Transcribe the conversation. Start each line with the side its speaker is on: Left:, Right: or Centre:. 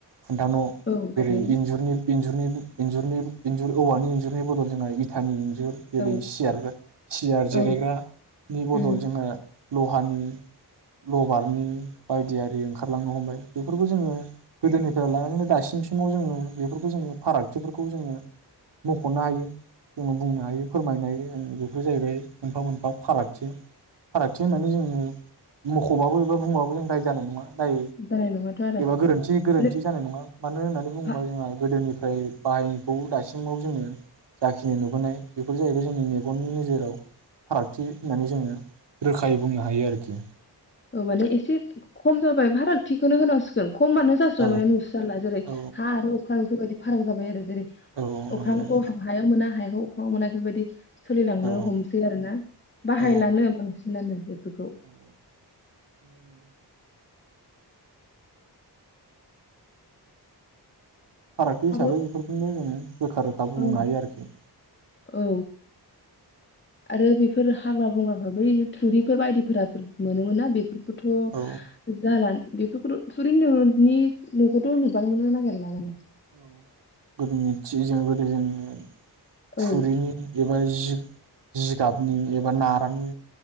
Right: खुन्था न'
Left: औ माने
Right: जेरै इन्जुरनि इन्जुरनि इन्जुरनि इन्जुर औवानि इन्जुरनि बदल जोंहा इटानि <unintelligible> जेरै
Left: औ
Right: सियार सियार जिरायग्रानि
Left: औ
Right: बदल
Left: उम
Right: जोङो लहानि लबारनि बायदियि ओंखारलांनो हमबाय बेफोरखौ जोङो गोदोनिफ्राय लानानैनो दासिमसिमाव जोङो बेफोरखौ जोङो फाराग न्थिफोरखौ जोङो मख'नो हायो जोङो बुंनो हायो फोरमायनो हायो बेफोर जाहैबाय मोनफा मोनफा फारागथि फारागथि होननानै जोंङो मख'बाबो एबा बुंबाबो जों दाय जानाय नङा दाय
Left: जानाय नङाथ' आरो
Right: एबा गोरोन्थि गोरोन्थि
Left: माने
Right: जानाय नङा मानो होननानै बुङोबा
Left: भा
Right: जोंहा गोदोनि ओमफाय बाहायनायखौ दासिमाव जोङो जाखिनि नुबोनाय बेफोर जाहैबाय जोंनि मेगननि नोजोराव फारागथि होननानै जोङो रोखायै बुंनो हायो आरोखि
Left: ओ माने एसे खम जाबाबाय फाराखथि खौनो होननांसिगोन खमबानो जास्राबाय
Right: औ
Left: नुस्राला जेरै
Right: औ
Left: हा आरो अख्रां बेफोरबायदि खारां जाबाय आरो जेरै
Right: औ औ नंगौ
Left: अख्रांखौ
Right: नंगौ
Left: हायाव मोना हायाव मना एफोरबायदि सोलिलांनो
Right: औ
Left: हमसै आरो ना बाहायलानो
Right: औ
Left: बांसिनानो बेफोरखौ
Right: औ <unintelligible> फारागथि हिसाबै
Left: आरो
Right: बेफोरखौनो जोंङो रोखा रोखा बुंनो
Left: औ
Right: हायो आरोखि
Left: औ आरो बेफोर हाग्रा बंग्राफ्राबो थुरिफोर बायदिफोराफोर मोनोमोना बेफोरखौथ'
Right: औ
Left: जाला बिफोरखौथ थुरि‌ होन नि न'खौथ' नुबांनोनो नागेरला माने
Right: औ गोदोनिथिजों गोदो जोंनो
Left: औ
Right: थुरिनि एबा जि जिगाबनि एबा नारानि